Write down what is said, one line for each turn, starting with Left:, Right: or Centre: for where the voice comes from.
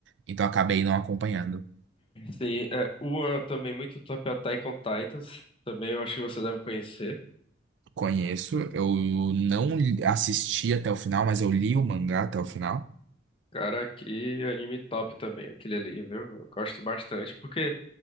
Right: então eu acabei não acompanhando.
Left: Sim, é, uma também muito top é Attack on Titans. Também eu acho que você deve conhecer.
Right: Conheço, eu não li- assisti até o final, mas eu li o mangá até o final.
Left: Cara, que anime top também, aquele ali, viu? Eu gosto bastante, porque